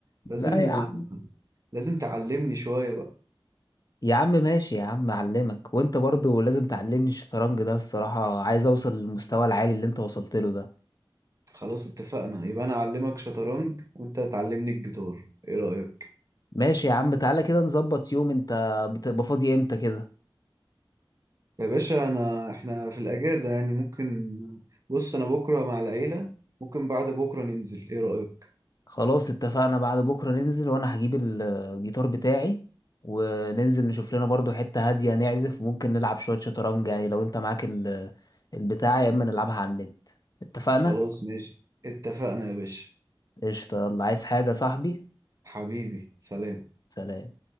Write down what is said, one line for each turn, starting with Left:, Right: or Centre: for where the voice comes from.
Right: لازم
Left: لا يا عم
Right: لازم تعلمني شويه بقى
Left: يا عم ماشي يا عم اعلمك وانت برضو لازم تعلمني الشطرنج ده الصراحة عايز اوصل للمستوى العالي اللي انت وصلت له ده
Right: خلاص اتفقنا يبقى انا اعلمك شطرنج وانت تعلمني الجيتار ايه رايك
Left: ماشي يا عم تعالى كده نظبط يوم انت بتبقى فاضي امتى كده
Right: يا باشا انا احنا في الاجازه يعني ممكن بص انا بكره مع العيله ممكن بعد بكره ننزل ايه رايك
Left: خلاص اتفقنا بعد بكرة ننزل وانا هجيب الجيتار بتاعي وننزل نشوف لنا برضو حتة هادية نعزف وممكن نلعب شوية شطرنج يعني لو انت معاك ال- البتاع يا اما نلعبها على النت اتفقنا
Right: خلاص ماشي اتفقنا يا باشا
Left: قشطة يلا عايز حاجة يا صاحبي
Right: حبيبي سلام
Left: سلام